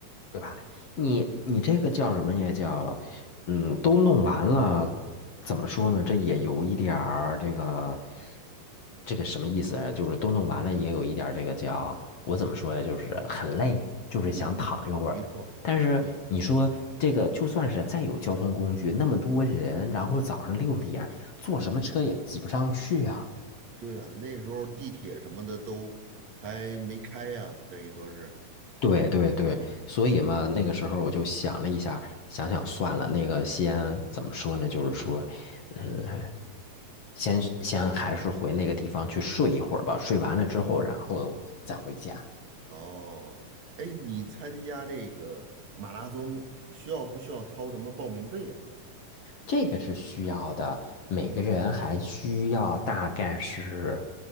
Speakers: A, on the left; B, on the right.
A: 对吧？你你这个叫什么呀？叫嗯，都弄完了，怎么说呢？这也有一点儿这个这个什么意思啊就是都弄完了，也有一点儿这个叫我怎么说呀？就是很累，就是想躺一会儿。
B: 嗯嗯，没错。
A: 但是你说这个，
B: 对。
A: 就算是再有交通工具，那么多人，然后早上六点坐什么车也挤不上去呀、
B: 对呀，那时候地铁什么的都还没开呀，等于说是，
A: 对对对，
B: 嗯，
A: 所以嘛，那个时候我就想了一下，想想算了，那个先怎么说呢？就是说，嗯，先先还是回那个地方去睡一会儿吧，睡完了之后，然后再回家，
B: 哦，哎，你参加这个马拉松需要不需要掏什么报名费呀？
A: 这个是需要的，每个人还需要大概是
B: 嗯，